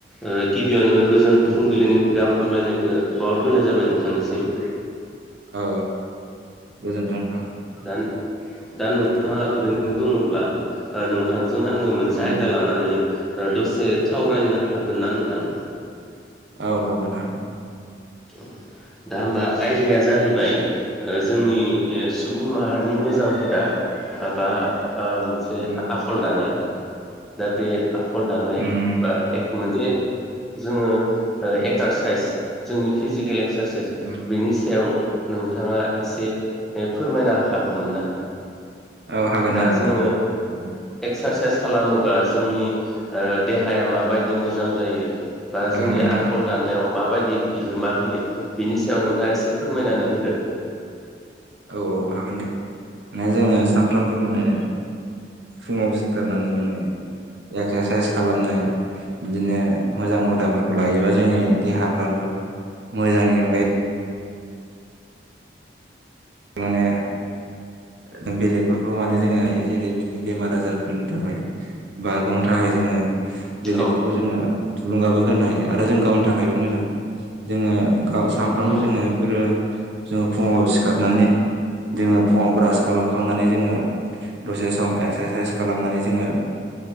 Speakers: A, in the centre; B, on the right.
A: ओ गिबियावनो गोजोन
B: उम
A: फुंबिलिनि गाहाम हामलायनायखौ बावहरग्रोनाय जाबाय नोंथांनिसिम
B: औ गोजोन्थों नोंथां
A: दा दा नोंथाङा ओरैनो दङब्ला नोंथांजों जों आङो मोनसे
B: उम
A: आयदा लानानै दसे सावरायनो होगोनना नोंथां
B: औ हागोन हागोन
A: <unintelligible> दा होमबा आयदाया जाहैबाय जोंनि अ सुबुं माहारिनि मोजां हुदा । माबा अ मोनसे
B: उम
A: आखल दानाय दा बे आखल दानाय
B: उम
A: बा एक । मोनसे जोङो ओ एक्सारसाइस जोंनि फिजिकेल एक्सारसाइस
B: उम
A: बिनि सायाव नोंथाङा एसे फोरमायनो हागौमोन ना
B: औ हागोन
A: दा
B: हागोन
A: जोङो
B: हागोन। उम
A: एक्सारसाइस खालामोबा जोंनि अ देहाया माबायदि मोजां जायो बा जोंनि
B: उम उम
A: आखल दाननायाव माबायदि बिहोमा होयो बिनि सायाव नोंथाङा एसे फोरमायनानै
B: उम
A: होदो
B: औ औ हागोन दे माने जोङो सानफ्रामबो माने फुङाव सिखारनानै माने एक्सारसाइस खालामनाय बिदिनो मोजां हुदाफोरखौ लायोबा जोंनि देहाफ्रा फ्राबो मोजांनि अनगायै माने जों बेलेगफोरखौ माने जोङो जेरै जोङो बेमार आजारफोरनि थाखाय बारग'नो थाखाय जोङो बेलेगफोरखौ
A: औ
B: जोङो थुलुंगाबो होनो हायो आरो जों गावनि थाखायबो मोजां जोङो गाव सानफ्रामबो
A: औ
B: जोङो बेफोरो जोङो फुङाव सिखारनानै
A: <unintelligible>
B: जोङो फुङाव ब्रास खालामखांनानै जोङो दसे सम एक्सारसाइस खालामनानै जोङो